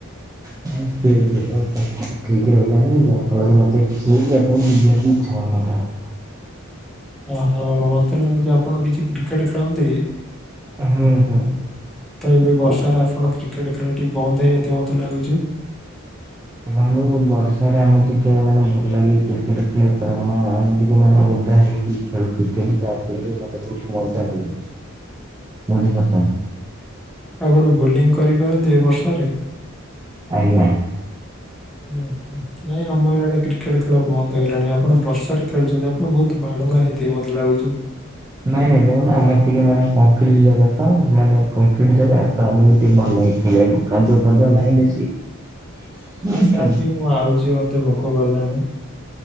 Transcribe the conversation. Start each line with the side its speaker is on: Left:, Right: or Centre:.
Right: <unintelligible> ଇଛା ହଉନଥିଲା।
Centre: ଓ ହୋ ମତେ ଲାଗୁଛି ଆପଣ କିଛି କ୍ରିକେଟ ଖେଳନ୍ତି କି?
Right: ହୁଁ ହୁଁ।
Centre: ତ ଏବେ ବର୍ଷାରେ ଆପଣ କି କ୍ରିକେଟ ଖେଳ ଟି ବନ୍ଦ ହେଇଯାଇଥିବ ମୋତେ ଲାଗୁଛି।
Right: ଆଉ ବର୍ଷରେ ଆମେ ଟିକେ ମାନେ ଭଲ ଲାଗେ କ୍ରିକେଟ ଖେଳିବା। <unintelligible> ଆମେ ଟିକେ ମାନେ ଓଧା ହେଇକି ଖେଳୁ କ୍ରିକେଟ ଯାହା ଫଳରେ ମତେ ବହୁତ ମଜା ଲାଗେ। ବୁଝିପାରୁଛନ୍ତି।
Centre: ଆପଣ ବୋଲିଂ କରିପାରନ୍ତ ଏ ବର୍ଷାରେ?
Right: ଆଜ୍ଞା।
Centre: ହୁଁ। ନାଇଁ ଆମ ଇଆଡେ କ୍ରିକେଟ ଖେଳ ବନ୍ଦ ହେଇଲାଣି ଆପଣ ବର୍ଷାରେ ଖେଳୁଛନ୍ତି ଆପଣ ବହୁତ ବାଳୁଙ୍ଗା ହେଇଥିବେ ବୋଧେ? ଲାଗୁଛି।
Right: ନାଇଁ ନାଇଁ ଦେଖନ୍ତୁ ଆମର ଟିକେ ମାନେ ଟିକେ କଂକ୍ରିଟ ଜାଗା ତ ମାନେ କଂକ୍ରିଟ ଜାଗା ତ ଆମେ ଭଲ କାଦୁଅ ଫାଦୁ ନହିଁ ବେଶୀ।
Centre: ହଁ ସାର୍ ଟିକେ ମୁଁ ଆଉଛି ମତେ ଭୋକ କଲାଣି